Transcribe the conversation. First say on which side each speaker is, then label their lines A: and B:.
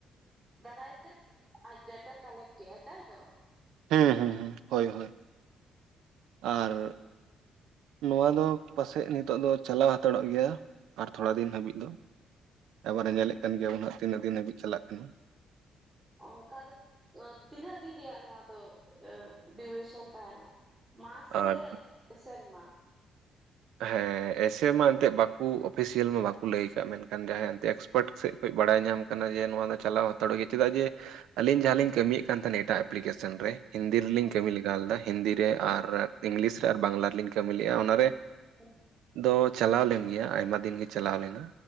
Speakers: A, on the right (about 25°); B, on the right (about 80°).
A: ᱫᱟᱨᱟᱭ ᱛᱮᱼᱼ ᱟᱡ ᱰᱟᱴᱟᱭ ᱠᱟᱞᱮᱠᱰ ᱠᱮᱜᱼᱟ ᱛᱟᱭ ᱛᱚ ᱾
B: ᱦᱮᱸ ᱦᱮᱸ ᱦᱚᱭ ᱦᱚᱭ ᱟᱨᱼᱼ ᱱᱚᱣᱟ ᱫᱚ ᱯᱟᱥᱮᱡ ᱱᱤᱛᱚᱜ ᱫᱚ ᱪᱟᱞᱟᱣ ᱦᱟᱛᱟᱲᱚᱜ ᱜᱮᱭᱟ, ᱟᱨ ᱛᱷᱚᱲᱟ ᱫᱤᱱ ᱦᱟᱹᱵᱤᱡ ᱫᱚ ᱾ ᱮᱵᱟᱨᱮ ᱧᱮᱞᱮᱫ ᱠᱟᱱ ᱜᱮᱭᱟ ᱵᱚᱱ ᱦᱟᱸᱜ ᱛᱤᱱᱟᱹᱜ ᱫᱤᱱ ᱦᱟᱹᱵᱤᱡ ᱪᱟᱞᱟᱜ ᱠᱟᱱᱟ ᱾
A: ᱚᱱᱠᱟ ᱫᱚ ᱛᱤᱱᱟᱹᱜ ᱫᱤᱱ ᱨᱮᱭᱟᱜ ᱱᱚᱣᱟ ᱫᱚ ᱰᱩᱨᱮᱥᱚᱱ ᱛᱟᱦᱮᱱᱟ ᱾ ᱢᱟᱥ ᱥᱮ
B: ᱟᱨ
A: ᱥᱮᱨᱢᱟ ᱾
B: ᱦᱮᱸ ᱮᱥᱮ ᱢᱟ ᱮᱱᱛᱮᱜ ᱵᱟᱠᱚ ᱚᱯᱷᱤᱥᱤᱭᱟᱞ ᱢᱟ ᱵᱟᱠᱚ ᱞᱟᱹᱭ ᱟᱠᱟᱜ, ᱢᱮᱱᱠᱷᱟᱱ ᱡᱟᱦᱟᱸᱭ ᱮᱱᱛᱮᱼᱼ ᱨᱮᱯᱚᱴ ᱥᱮᱫ ᱠᱷᱚᱱ ᱵᱟᱲᱟᱭ ᱧᱟᱢ ᱠᱟᱱᱟ ᱡᱮ ᱱᱚᱣᱟ ᱫᱚ ᱪᱟᱞᱟᱣ ᱦᱟᱛᱟᱲ ᱜᱮᱭᱟ ᱾ ᱪᱮᱫᱟᱜ ᱡᱮ ᱟᱹᱞᱤᱧ ᱡᱟᱦᱟᱸᱞᱤᱧ ᱠᱟᱹᱢᱤᱭᱮᱫ ᱠᱟᱱ ᱛᱟᱦᱮᱱᱟ ᱮᱴᱟᱜ ᱮᱯᱞᱤᱠᱮᱥᱚᱱ ᱨᱮᱼᱼ ᱦᱤᱱᱫᱤ ᱨᱮᱞᱤᱧ
A: ᱦᱮᱸ
B: ᱠᱟᱢᱤ ᱞᱮᱜᱟ ᱞᱮᱫᱟ ᱦᱤᱱᱫᱤ ᱨᱮ
A: ᱦᱮᱸ
B: ᱟᱨ ᱤᱝᱞᱤᱥ ᱨᱮ, ᱟᱨ ᱵᱟᱝᱞᱟ ᱨᱮᱞᱤᱧ ᱠᱟᱹᱢᱤ ᱞᱮᱫᱼᱟ ᱾ ᱚᱱᱟᱨᱮᱼᱼ
A: ᱦᱮᱸ <unintelligible>
B: ᱫᱚ ᱪᱟᱞᱟᱣ ᱞᱮᱱ ᱜᱮᱭᱟ, ᱟᱭᱢᱟ ᱫᱤᱱ ᱜᱮ ᱪᱟᱞᱟᱣ ᱞᱮᱱᱟ